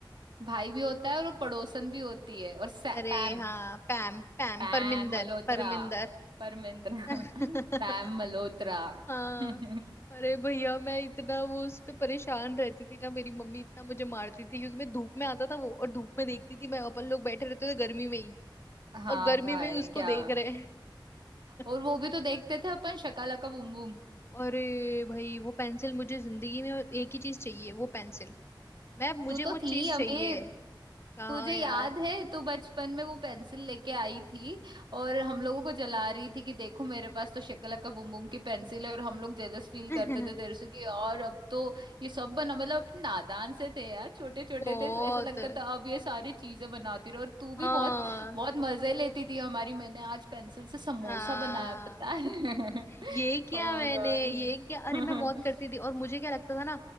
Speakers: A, on the right (about 65°); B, on the left (about 30°).
A: भाई भी होता है और वो पड़ोसन भी होती है और सै-
B: अरे
A: पैम
B: हाँ पैम पैम
A: पैम
B: परमिंदर
A: मल्होत्रा
B: परमिंदर
A: परमिंद्रा
B: <laughs>
A: <laughs> पैम मल्होत्रा
B: हाँ
A: <laughs>
B: अरे भैया मैं इतना वो उस पे परेशान रहती थी ना मेरी मम्मी इतना मुझे मारती थी क्योंकि मैं धूप में आता था वो और धूप में देखती थी मैं अपन लोग बैठे रहते थे गर्मी में ही
A: हाँ
B: और गर्मी
A: भाई
B: में ही उसको
A: क्या
B: देख रहे हैं
A: और
B: <laughs>
A: वो भी तो देखते थे अपन शकालका बूम बूम
B: अरे भाई वो पेंसिल मुझे जिंदगी में एक ही चीज चाहिए वो पेंसिल मैं मुझे
A: तू तो
B: वो चीज
A: थी अमीर
B: चाहिए कहाँ
A: तुझे याद
B: यार
A: है तो बचपन में वो पेंसिल लेके आई थी और हम लोगों को जला रही थी कि देखो मेरे पास तो शक्लका बुम बुम की पेंसिल है और हम लोग जेलस फील
B: <laughs>
A: करते थे तेरे से कि और अब तो ये सब बना मतलब अपने नादान से थे यार छोटे छोटे
B: बहुत
A: थे ऐसा लगता था अब ये सारी चीजें बनाती रहो और तू भी
B: हाँ
A: बहुत बहुत मजे लेती थी हमारी मैंने आज पेंसिल से समोसा
B: हाँ
A: बनाया पता है <laughs>
B: ये किया
A: ओ
B: मैंने
A: गॉड
B: ये क्या अरे मैं बहुत
A: <laughs>
B: करती थी और मुझे क्या लगता था ना